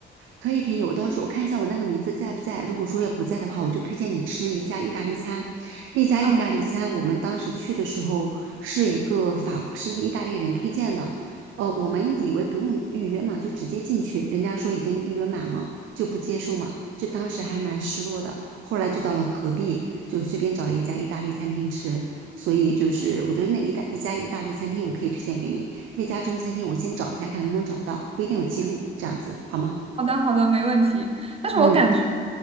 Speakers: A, on the right; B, on the right.
A: 可以可以，我到时候我看一下我那个名字在不在。如果说要不在的话，我就推荐你吃一家意大利餐。那家意大利餐，
B: 嗯，
A: 我们当时去的时候是一个法，是一个意大利人推荐的。呃，我们以为不用预约嘛，就直接进去，人家说已经预约满了，就不接受嘛，就当时还是蛮失落的。后来就到了隔壁，就随便找了一家意大利餐厅吃。所以就是我觉得那一大一家意大利餐厅我可以推荐给你，那家中餐厅我先找一下看能不能找到，不一定有记录，这样子好吗？
B: 好的好的，没问题。但是我感觉
A: 嗯。